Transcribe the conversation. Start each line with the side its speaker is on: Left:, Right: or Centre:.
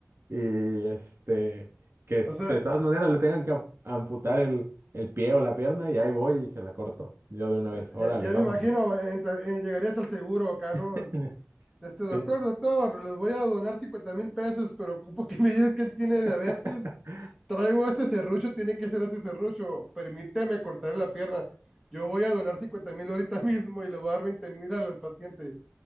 Right: y este, que es-
Centre: O sea,
Right: de todas maneras le tengan que am- amputar el, el pie o la pierna y ahí voy y se la corto. Yo de una vez,
Centre: eh,
Right: órale,
Centre: ya, ya
Right: vámonos.
Centre: me imagino, eh, entra- eh, llegarías al seguro acá, ¿no?
Right: <laughs>
Centre: Este doctor,
Right: Sí.
Centre: doctor, les voy a donar cincuenta mil pesos, pero ocupo que me digas que él tiene diabetes.
Right: <laughs>
Centre: Traigo este serrucho, tiene que ser este serrucho. Permíteme cortarle la pierna. Yo voy a donar 50 mil ahorita <laughs> mismo y le voy a dar veinte mil al al paciente.